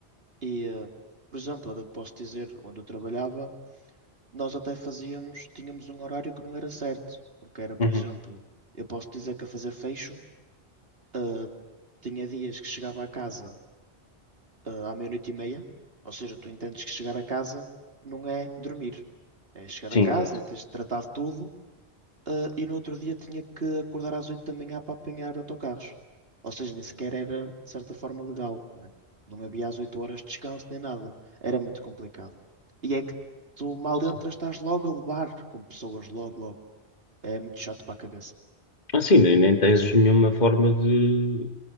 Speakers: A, on the right; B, on the left.
A: E, eh, por exemplo, eu posso dizer, onde eu trabalhava, nós até fazíamos, tínhamos um horário que não era certo. Porque era, por
B: Uhum.
A: exemplo, eu posso dizer que a fazer fecho, eh, tinha dias que chegava a casa eh, à meia-noite e meia. Ou seja, tu entendes que chegar a casa não é dormir. É chegar
B: Sim,
A: a casa,
B: exato.
A: é teres de tratar de tudo. eh, e no outro dia tinha que acordar às 8 da manhã para apanhar autocarros. Ou seja, nem sequer era, de certa forma, legal. Não é? Não havia às 8 horas de descanso nem nada. Era muito complicado. E é que tu mal
B: Sim.
A: entras, estás logo a levar com pessoas, logo, logo. É muito chato para a cabeça.
B: Assim, nem, nem tens nenhuma forma de,